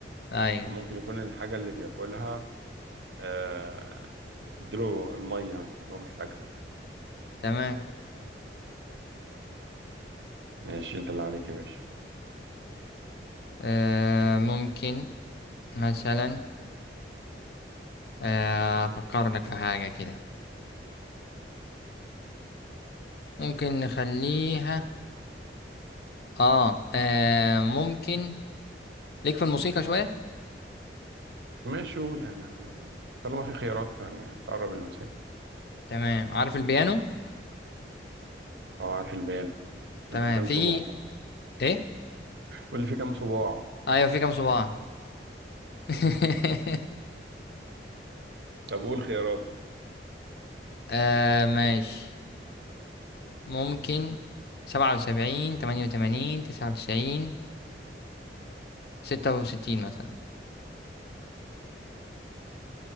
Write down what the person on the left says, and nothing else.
ايوه
تمام
آه ممكن مثلا آه، افكر لك في حاجة كده ممكن نخليها اه, آه ممكن ليك في الموسيقى شوية
تمام عارف البيانو
تمام
في
ايه
ايوه في كام صباع <laughs>
آه ماشي ممكن سبعة وسبعين تمانية وتمانين تسعة وتسعين ستة وستين مثلا